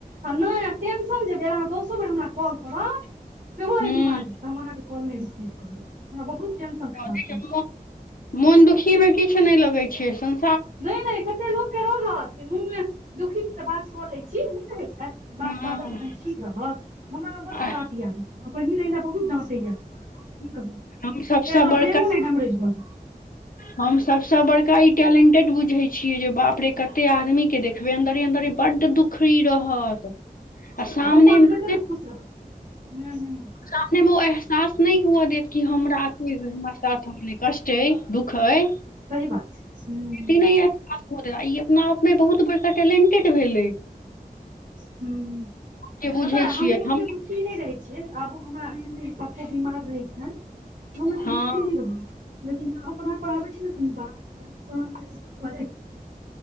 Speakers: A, on the right (about 60°); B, on the left (about 65°).
A: आ नहि टेन्स तखन जे डेराबौ दसो बेर हमरा कॉल करब सेहो
B: हूँ
A: बीमारी तऽ हम अहाँक फोन नै रिसिभ करौ हमरा बहुत टेंशन
B: मोदी
A: खराब
B: के
A: अइ
B: मोन दुखी मे किछ नहि लगै छै सम
A: नहि नहि कते लोकके रहत मोनमे दुःखी छी तऽ बात क लए छी नहि नै होइ बात
B: हँ
A: बाजब तऽ कनि ठीक रहत हमरा में बड्ड
B: आ
A: खराब या ई आदत पहिने बहुत डाँटै या कि कहुँ
B: हम सबसँ
A: एतय
B: बड़का
A: ब्रेनो न हैम्ब्रेज भऽ जाइ
B: हम सबसा बड़का ई टैलेंट टेड बुझै छियै जे बाप रे कते आदमी के देखबै अन्दरे अंन्दरे बड्ड दुखी रहत आ
A: जाय
B: सामने
A: आ ऊपर से
B: मे
A: कते लोक खुश रहत हूँ हूँ
B: सामने मे ओ एहसास नहि हुए देत कि हमरा अपने हमरा साथ अपने कष्ट छै दुःख अइ
A: सही बात छै हूँ हूँ
B: ई नै या पास्पोटरा ई अपना आपमे बहुत बड़का टैलेंटेड भेलै
A: ह्म
B: जे बुझै
A: पता यै
B: छियै
A: हमहूँ
B: हम
A: ओते दुखी नहि रहय छियै आबो हमरा एहने पप्पो बीमार रहय छैन हम एते
B: हँ
A: दुखी नहि रहि लेकिन अपना पर आबै छै न ई बात तऽ इंसान फ्रस्ट्रेड भऽ जाइ छै